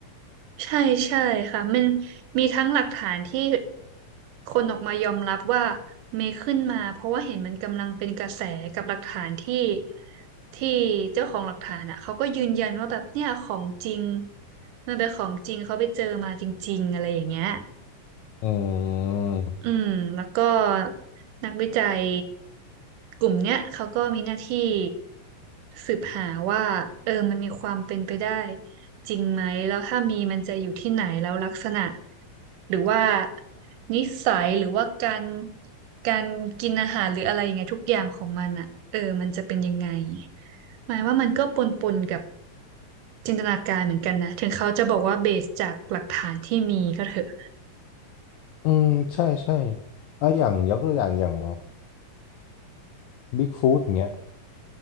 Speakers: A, on the right; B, on the left.
A: ใช่ใช่ค่ะมันมีทั้งหลักฐานที่คนออกมายอมรับว่าเมย์ขึ้นมาเพราะว่าเห็นมันกำลังเป็นกระแสกับหลักฐานที่ที่เจ้าของหลักฐานอ่ะเขาก็ยืนยันว่าแบบเนี่ยของจริงมันเป็นของจริงเขาไปเจอมาจริงๆอะไรอย่างเงี้ย
B: อืม
A: อืมแล้วก็นักวิจัยกลุ่มเนี้ยเขาก็มีหน้าที่สืบหาว่าเออมันมีความเป็นไปได้จริงไหมแล้วถ้ามีมันจะอยู่ที่ไหนแล้วลักษณะหรือว่านิสัยหรือว่าการการกินอาหารหรืออะไรอย่างเงี้ยทุกอย่างของมันอ่ะเออมันจะเป็นยังไงหมายว่ามันก็ปนปนกับจินตนาการเหมือนกันนะถึงเขาจะบอกว่าเบสจากหลักฐานที่มีก็เถอะ
B: อืมใช่ใช่อ่ะอย่างยกตัวอย่างอย่างบิ๊กฟู t อย่างเงี้ย